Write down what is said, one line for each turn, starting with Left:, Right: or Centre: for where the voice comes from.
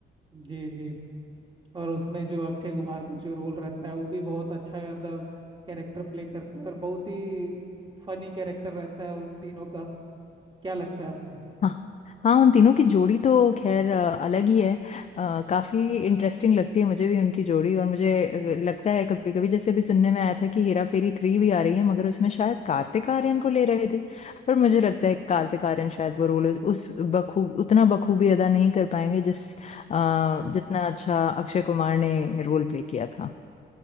Right: जी जी और उसमें जो अक्षय कुमार का जो रोल रहता है वो भी बहुत अच्छा द कैरेक्टर प्ले करते हैं और बहुत ही फनी कैरेक्टर रहता है उन तीनों का क्या लगता है आपको
Left: हाँ हाँ उन तीनों की जोड़ी तो खैर अ, अलग ही है अ, काफी इंटरेस्टिंग लगती है मुझे भी उनकी जोड़ी और मुझे अ, लगता है कभी कभी जैसे अभी सुनने में आया था कि हेरा फेरी थ्री भी आ रही है मगर उसमें शायद कार्तिक आर्यन को ले रहे थे पर मुझे लगता है कार्तिक आर्यन शायद वो रोल उस बखूब उतना बखूबी अदा नहीं कर पाएंगे जिस अ, जितना अच्छा अक्षय कुमार ने रोल प्ले किया था